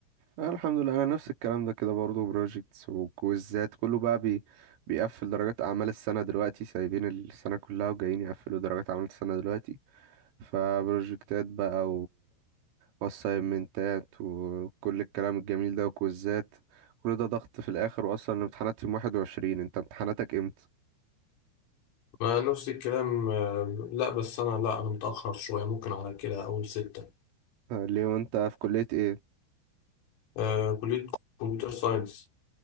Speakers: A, on the right; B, on the left.
A: آه، الحمد لله انا نفس الكلام ده كده برضه بروجيكتس وكويزات كله بقى بي بيقفل درجات اعمال السنه دلوقتي سايبين السنه كلها وجايين يقفلوا درجات اعمال السنه دلوقتي فبروجكتات بقى واسايمنتات وكل الكلام الجميل ده وكوزات كل ده ضغط في الاخر واصلا الامتحانات يوم 21 انت امتحاناتك امتى
B: ما نفس الكلام آه، لا بس أنا لا أنا متأخر شوية ممكن على كده أول ستة
A: آه، ليه وانت في كلية ايه
B: آه، كلية كمبيوتر ساينس